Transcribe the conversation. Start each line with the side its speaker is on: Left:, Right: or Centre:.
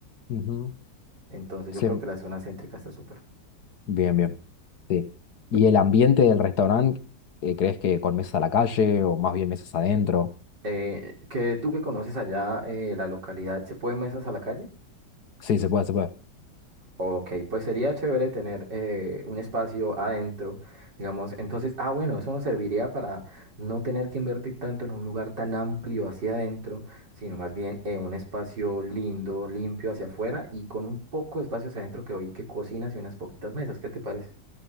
Left: Ujú.
Right: Entonces yo
Left: Sí,
Right: creo que la zona céntrica está súper.
Left: bien, bien. Sí. ¿Y el ambiente del restaurante, eh, crees que con mesas a la calle o más bien mesas adentro?
Right: Eh, que tú que conoces allá eh, la localidad, ¿se pueden mesas a la calle?
Left: Sí, se puede, se puede.
Right: Ok, pues sería chévere tener eh, un espacio adentro, digamos. Entonces, ah, bueno, eso nos serviría para no tener que invertir tanto en un lugar tan amplio hacia adentro, sino más bien eh, un espacio lindo, limpio hacia afuera y con un poco de espacio hacia adentro que oí que cocinas y unas poquitas mesas. ¿Qué te parece?